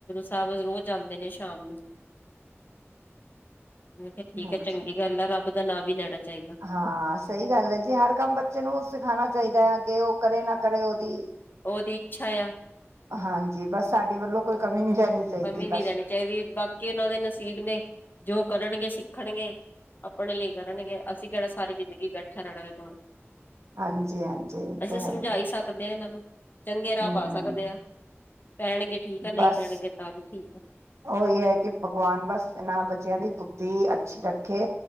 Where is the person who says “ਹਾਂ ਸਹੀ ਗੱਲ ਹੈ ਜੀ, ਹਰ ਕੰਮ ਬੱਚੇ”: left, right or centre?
Right